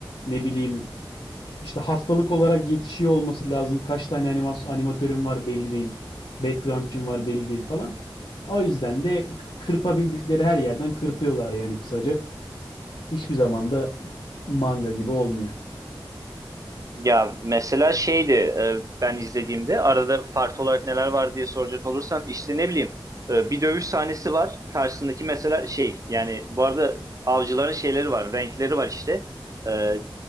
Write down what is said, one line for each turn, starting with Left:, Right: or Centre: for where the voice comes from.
Left: Ne bileyim işte haftalık olarak yetişiyor olması lazım. Kaç tane animas animatörüm var belli değil. Background'cum var belli değil falan. O yüzden de k- kırpabildikleri her yerden kırpıyorlar yani kısaca. Hiçbir zaman da manga gibi olmuyor.
Right: ya mesela şeydi e, ben izlediğimde arada farklı olarak neler var diye soracak olursan işte ne bileyim e, bir dövüş sahnesi var. Karşısındaki mesela şey yani bu arada avcıların şeyleri var renkleri var işte. E,